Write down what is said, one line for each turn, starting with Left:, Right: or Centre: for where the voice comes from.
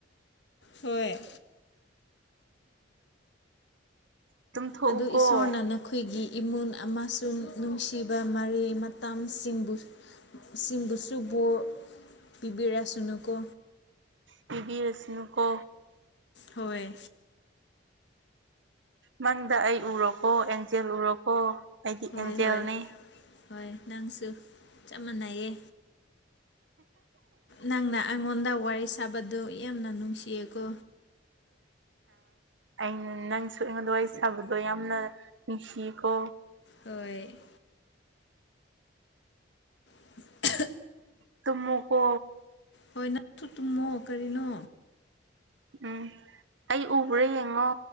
Left: ꯍꯣꯏ꯫
Right: ꯇꯨꯝꯊꯣꯛꯎꯀꯣ
Left: ꯑꯗꯨ ꯏꯁꯣꯔꯅ
Right: ꯎꯝ꯫
Left: ꯅꯈꯣꯏꯒꯤ ꯏꯃꯨꯟ ꯑꯃꯁꯨꯡ ꯅꯨꯡꯁꯤꯕ ꯃꯔꯤ ꯇꯝꯁꯤꯡꯕꯨ ꯁꯤꯡꯕꯨꯁꯨ ꯕꯣꯔ ꯄꯤꯕꯤꯔꯁꯅꯨꯀꯣ
Right: ꯄꯤꯕꯤ ꯑꯦꯁꯅꯨ ꯀꯣ
Left: ꯍꯣꯏꯣꯏ
Right: ꯃꯪꯗ ꯑꯩ ꯎꯔꯣꯀꯣ ꯑꯦꯟꯖꯦꯜ ꯎꯔꯣꯀꯣ ꯑꯩꯗꯤ
Left: ꯍꯣꯏ
Right: ꯑꯦꯟꯖꯦꯜꯅꯤ
Left: ꯍꯣꯏ ꯍꯣꯏ ꯅꯪꯁꯨ ꯆꯞ ꯃꯥꯟꯅꯩꯌꯦ ꯅꯪꯅ ꯑꯩꯉꯣꯟꯗ ꯋꯥꯔꯤ ꯁꯥꯕꯗꯨ ꯌꯥꯝꯅ ꯅꯨꯡꯁꯤꯌꯦꯀꯣ
Right: ꯑꯩꯅ ꯅꯪꯁꯨ ꯑꯩꯉꯣꯟꯗꯋꯥ ꯋꯥꯔꯤ ꯁꯥꯕꯗꯣ ꯌꯥꯝꯅ ꯅꯨꯡꯁꯤꯌꯦꯀꯣ
Left: ꯍꯣꯏ <unintelligible>
Right: ꯇꯨꯃꯨꯀꯣ
Left: ꯍꯣꯏ ꯅꯪꯁꯨ ꯇꯨꯝꯃꯣ ꯀꯔꯤꯅꯣ
Right: ꯎꯝ ꯑꯩ ꯎꯕ꯭ꯔꯥ ꯌꯦꯡꯉꯣ